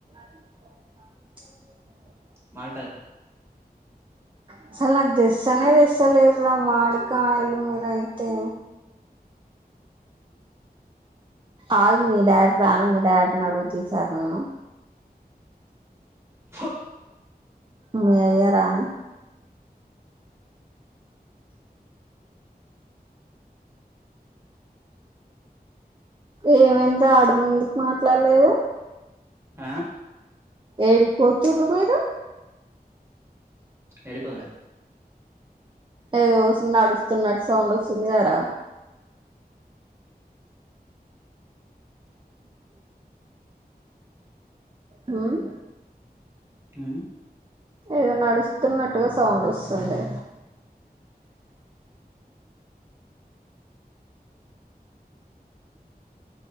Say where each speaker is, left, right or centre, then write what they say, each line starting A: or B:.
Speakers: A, on the right (about 30°); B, on the right (about 15°).
A: <inaudible>
B: మామిడికాలు
A: అస్సలు నాక్ దెస్తనే తెస్తాలేర్రా మామిడికాయలు మీరైతే ఆగు మీ డాడీ రాని మీ డాడీని అడుగుతా ఈ సారి నేను
B: చ్చో
A: మీ అయ్య రాణి ఏమైందో ఆడ ముందుకు మాట్లాడలేదు
B: ఫు ఆ
A: ఏడికి పోతుర్రు మీరు
B: ఏడికోదల
A: ఏదో నడుస్తున్నట్టు సౌండ్ వస్తుంది గారా చ హ్మ్
B: ఉమ్
A: ఏదో నడుస్తున్నట్టుగా సౌండ్ వస్తుంది